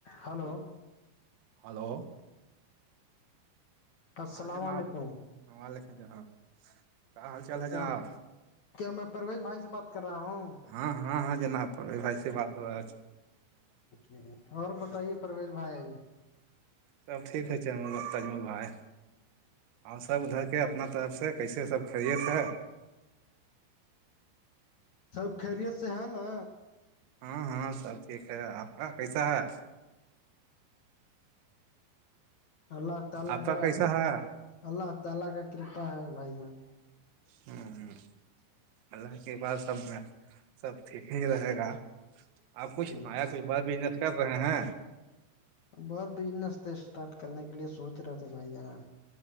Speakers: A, on the left; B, on the right.
A: ہلو
B: ہلو
A: السلام
B: ہاں جناب
A: علیکم
B: السلام علیکم جناب کیا حال چال ہیں
A: کیا
B: جناب
A: کیا میں پرویز بھائی سے بات کر رہا ہوں
B: ہاں ہاں ہاں جناب پرویز بھائی سے بات ہو رہا آج
A: جی اور بتائیے پرویز بھائی
B: سب ٹیک ہے تجامل بھائی اور سب ادھر کے اپنا طرف سے کیسے ہیں سب خیریت ہیں
A: سب خیریت سے ہے نا
B: ہاں ہاں سب ٹھیک ہے آپ کا کیسا ہے
A: اللہ تعالی
B: آپ
A: کا
B: کیسا ہے
A: اللہ تعالی کا کرپا ہے بھائی جان
B: ہاں ہاں اللہ کے پاس سب میں سب ٹھیک ہی رہے گا آپ کچھ
A: جی
B: نیا
A: جی
B: کچھ بڑھا بزنس کر رہے ہیں
A: بس بزنس تو اسٹارٹ کرنے کے لیے سوچ رہے تھے بھائی جان